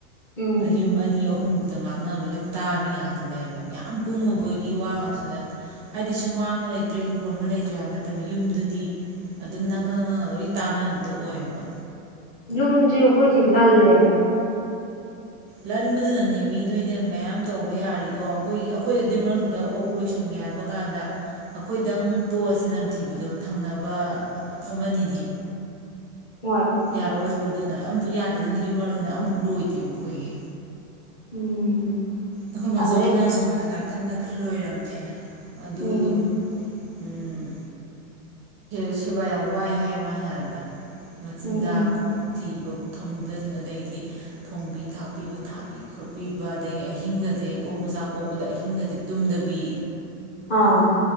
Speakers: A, on the left; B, on the right.
A: ꯎꯝ
B: ꯌꯨꯝ ꯑꯅꯤ ꯑꯍꯨꯝꯃꯨꯛꯇ ꯉꯥꯡꯅꯕꯗꯣ ꯂꯣꯏ ꯇꯥꯕꯤ ꯉꯥꯛꯇꯅꯦꯕ ꯌꯥꯝ ꯀꯨꯡꯉꯨꯕꯒꯤ ꯋꯥ ꯉꯥꯛꯁꯨ ꯅꯠꯇ ꯍꯥꯏꯗꯤ ꯁꯨꯃꯥꯡ ꯑꯃ ꯂꯩꯇ꯭ꯔꯦ ꯏꯪꯈꯣꯜ ꯑꯃ ꯂꯩꯇ꯭ꯔꯦ ꯍꯥꯏꯕ ꯅꯠꯇꯕ ꯌꯨꯝꯗꯨꯗꯤ ꯑꯗꯨꯝ ꯅꯛꯅ ꯅꯛꯅꯅ ꯂꯣꯏ ꯇꯥꯟꯅꯕꯤꯗꯣ ꯑꯣꯏꯌꯦꯕ
A: ꯌꯨꯝꯗꯤ ꯑꯩꯈꯣꯏꯗꯤ ꯂꯜꯂꯦ
B: ꯂꯟꯕꯗꯨꯅꯅꯦ ꯃꯤ ꯅꯣꯏꯅ ꯃꯌꯥꯝ ꯇꯧꯕ ꯌꯥꯔꯤꯗꯣ ꯑꯩꯈꯣꯏꯒꯤ ꯑꯩꯈꯣꯏ ꯑꯗꯨꯗꯤꯃꯛꯇꯨꯗ ꯑꯣꯛ ꯂꯣꯏꯁꯤꯟꯒꯦ ꯍꯥꯏꯕ ꯀꯥꯟꯗ ꯑꯩꯈꯣꯏꯗꯪ ꯇꯣꯛꯑꯁꯦ ꯅꯝꯊꯤꯕꯗꯣ ꯊꯪꯅꯕ ꯑꯃꯅꯤꯗꯤ
A: ꯍꯣꯏ
B: ꯌꯥꯔꯛꯑꯣꯏꯕ ꯑꯗꯨꯅ ꯑꯝꯇ ꯌꯥꯗꯦ ꯑꯗꯨꯅꯤꯒꯤ ꯃꯔꯛꯅꯤꯅ ꯑꯝꯐꯥꯎ ꯂꯣꯏꯗꯦꯕ ꯑꯩꯈꯣꯏꯒꯤ
A: ꯎꯝ
B: ꯑꯈꯣꯏ ꯃꯥꯆꯧꯕꯤꯕꯤꯅꯥ
A: ꯑꯗꯩ
B: ꯁꯣꯝꯗ ꯅꯥ ꯅꯥꯀꯟꯗ ꯈꯜ ꯂꯣꯏꯔꯝꯃꯦ ꯑꯗꯨ
A: ꯎꯝ
B: ꯑꯗꯨꯝ ꯎꯝ ꯁꯦꯕꯥ ꯌꯥꯝ ꯋꯥꯏ ꯍꯥꯏꯌꯦ ꯃꯥꯅ ꯍꯥꯏꯕꯗ ꯃꯆꯤꯟꯖꯥꯛ
A: ꯎꯝ
B: ꯊꯤꯕ ꯊꯝꯖꯤꯟ ꯑꯗꯩꯗꯤ ꯊꯣꯡꯕꯤ ꯊꯥꯛꯄꯤꯕ ꯊꯥꯛꯄꯤ ꯈꯣꯠꯄꯤꯕ ꯑꯗꯒꯤ ꯑꯍꯤꯡꯒꯁꯦ ꯑꯣꯛ ꯃꯆꯥ ꯀꯣꯛꯄꯗ ꯑꯍꯤꯡꯒꯁꯦ ꯇꯨꯝꯗꯕꯤ
A: ꯑꯥ